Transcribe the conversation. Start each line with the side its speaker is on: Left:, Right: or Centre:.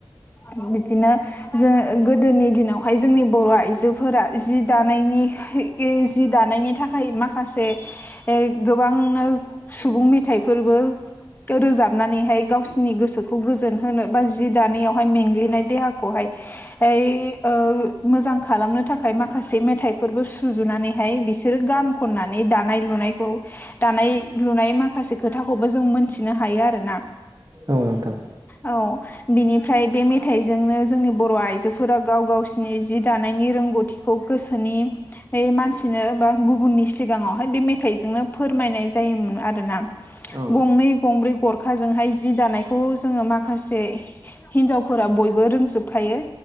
Left: बिदिनो जो गोदोनि दिनावहाय जोंनि बर' आइजोफोरा जि दा नायनि <unintelligible> जि दानायनि थाखाय माखा से <unintelligible> गोबांनो सुबुं मेथाइफोरबो रोजाबनानैहाय गावसिनि गोसोखौ गोजोन होनो बा जि दानायावहाय मेंग्लिनाय देहाखौहाय ओइ ओ मोजां खालामनो थाखाय माखासे <unintelligible> थाइफोरबो सुजुनानैहाय बिसोरो गान खननानै दानाय लुनायखौ दानाय लुनाय माखासे खोथाखौबो जों मोनथिनो हायो आरोना।
Right: औ नोंथां।
Left: औ बिनिफ्राय बे मेथाइजोंनो जोंनि बर' आइजोफोरा गाव गावसिनि जि दानायनि रोंगौथिखौ गोसो <unintelligible> <unintelligible> मानसिनो बा गुबुननि सिगाङावहाय बे मेथाइजोंनो फोरमायनाय जायोमोन आरोना।
Right: औ
Left: गंनै गंब्रै गरखाजोंहाय जि दानायखौ जोङो माखासे हिनजावफोरा बयबो रोंजोबखायो।